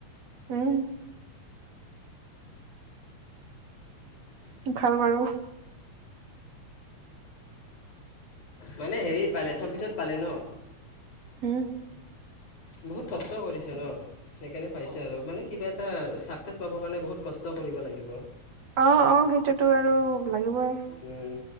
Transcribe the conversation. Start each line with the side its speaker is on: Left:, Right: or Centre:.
Right: উম',
Left: <unintelligible> অ',
Right: ভাল বাৰু
Left: মানে হেৰি পালে সৌবিছত পালে ন
Right: হাম
Left: বহুত কষ্ট কৰিছে ন সেইকাৰণে পাইছে আৰু মানে কিবা এটা চাকচেছ পাবৰ কাৰণে বহুত কষ্ট কৰিব লাগিব।
Right: অ', অ', সেইটোতো আৰু লাগিবই।
Left: উম